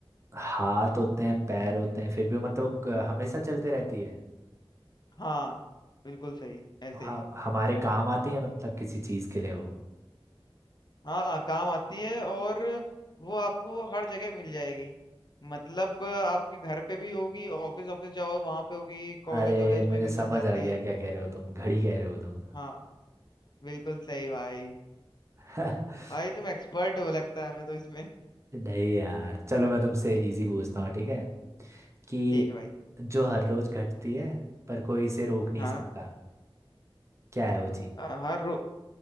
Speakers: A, on the right (about 30°); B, on the left (about 50°).
A: हाथ होते हैं पैर होते हैं फिर भी मतलब क- हमेशा चलते रहती है
B: हाँ बिल्कुल सही ऐसे
A: हाँ
B: ही है।
A: हमारे काम आती है मतलब किसी चीज के लिए वो
B: हाँ काम आती है और वो आपको हर जगह मिल जाएगी मतलब आपके घर पे भी होगी ऑफिस ऑफिस जाओ वहां पे होगी कॉलेज
A: अरे
B: वॉलेज
A: मुझे
B: में भी
A: समझ
B: मिल जाती
A: आ गया
B: है
A: क्या कह रहे हो तुम घड़ी कह रहे हो तुम
B: हाँ बिल्कुल सही भाई
A: <laughs>
B: भाई तुम एक्सपर्ट हो लगता है हमें तो इसमें
A: नहीं यार चलो मैं तुमसे इजी पूछता हूँ ठीक है कि
B: ठीक है भाई
A: जो हर रोज घटती है पर कोई इसे रोक नहीं
B: हाँ
A: सकता क्या है वो
B: अ, हर रो